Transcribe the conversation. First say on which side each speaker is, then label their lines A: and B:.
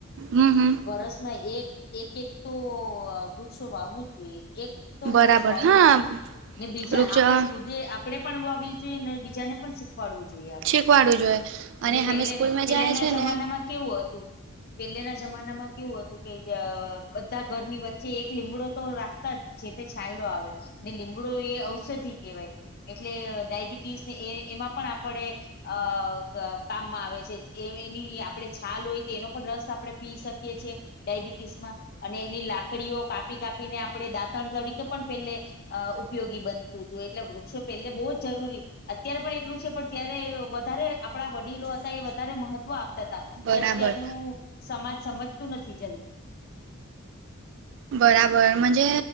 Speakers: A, on the right; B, on the left.
A: હમ હમ
B: વરસમાં એક એક એક તો વૃક્ષો વાવવું જ જોઈએ એક તો
A: બરાબર
B: વૃક્ષ વાવું
A: હા
B: જ જોઈએ ને
A: વૃક્ષ
B: બીજા આપડે ખુદે કપડે પણવી જોઈએ અને બીજાને પણ પડવું જોઈએ આપણે
A: શીખવાડું જોઈએ અને
B: ને પેલે
A: અમે સ્કૂલમાં
B: પેલેના
A: જાય છે
B: જમાનામાં
A: ને
B: કેવું હતું. પેલેના જમાનામાં કેવું હતું કે બધા ઘરની વચ્ચે એક લીમડો તો રાખતા જ જે તે છંયડો આવે ને લીમડો એ ઔષધિ કહેવાય એટલે ડાયબિટીસ ને એ એમાં પણ આપણે અ અ કામમાં આવે છે એ એની આપડણે છાલ હોય તો એનો પણ રસ આપડણે પી શકીએ છીએ ડાયબિટીસ માં અને એની લાકડીઓ કાપી કાપીને આપણે દાંતણ તરીકે પણ પેલે અ ઉપયોગી બનતું હતું એટલે વૃક્ષો પહેલે બહુ જ જરૂરી અત્યારે પણ એટલું છે પણ ત્યારે વધારે આપડા વડીલો હતા એ વધારે મહત્વ આપતા હતા
A: બરાબર
B: જે અત્યારનું સમાજ સમજતું નથી જલ્દી.
A: બરાબર મજે.